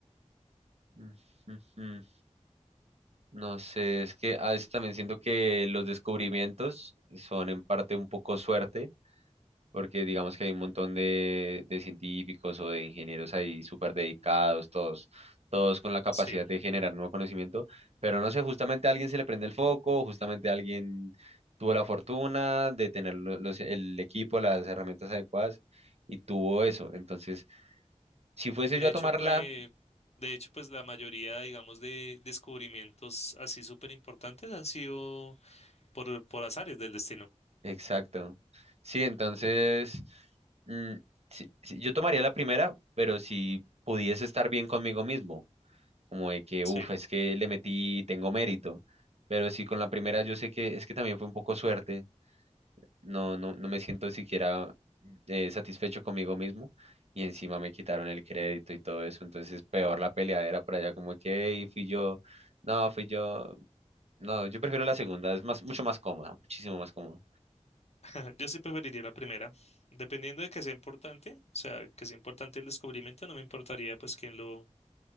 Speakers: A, on the right (about 60°); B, on the left (about 60°).
A: Ujujú. No sé, es que a veces también siento que los descubrimientos son en parte un poco suerte, porque digamos que hay un montón de, de científicos o de ingenieros ahí súper dedicados, todos, todos con la capacidad
B: sí.
A: de generar nuevo conocimiento, pero no sé, justamente a alguien se le prende el foco, justamente alguien tuvo la fortuna de tener lo- los- el equipo, las herramientas adecuadas y tuvo eso. Entonces, si fuese
B: De
A: yo a
B: hecho,
A: tomar
B: que-
A: tomarla,
B: de hecho, pues la mayoría, digamos, de descubrimientos así súper importantes han sido por, por azares del destino.
A: Exacto. Sí, entonces, mm, sí- sí, yo tomaría la primera, pero si pudiese estar bien conmigo mismo, como de que, uff,
B: Sí,
A: es que le metí, tengo mérito, pero si con la primera yo sé que es que también fue un poco suerte, no, no, no me siento siquiera eh, satisfecho conmigo mismo y encima me quitaron el crédito y todo eso, entonces peor la peleadera por allá, como que, "Ey, fui yo, no, fui yo, no, yo prefiero la segunda, es más, mucho más cómoda, muchísimo más cómoda.
B: <laughs> yo sí preferiría la primera. Dependiendo de que sea importante, o sea, que sea importante el descubrimiento, no me importaría pues quién lo,